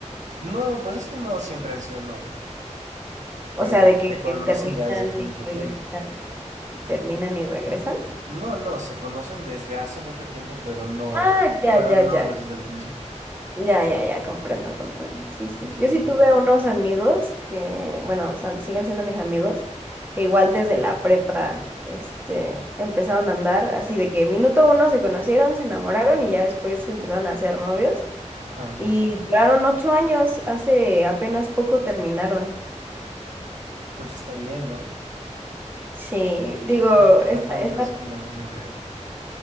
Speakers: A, on the right; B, on the right.
A: No, pues es que no siempre han sido novios,
B: O
A: pero
B: sea, de que
A: se conocen
B: terminan
A: ya desde hace mucho
B: y regresan,
A: tiempo.
B: terminan y regresan.
A: No, no, se conocen desde hace mucho tiempo, pero no
B: Ah, ya,
A: fueron
B: ya,
A: novios
B: ya.
A: desde el principio.
B: Ya, ya, ya, comprendo, comprendo. Sí, sí.
A: Sí, sí,
B: Yo
A: sí.
B: sí tuve unos amigos que, bueno, son, siguen siendo mis amigos, que igual desde la prepa, este, empezaron a andar así de que minuto uno se conocieron, se enamoraron y ya después se empezaron a ser novios.
A: Ajá.
B: Y duraron ocho años, hace apenas poco terminaron.
A: Pues está bien, ¿no?
B: Sí, digo,
A: Te
B: esta,
A: falta un
B: esta,
A: respiro, yo creo.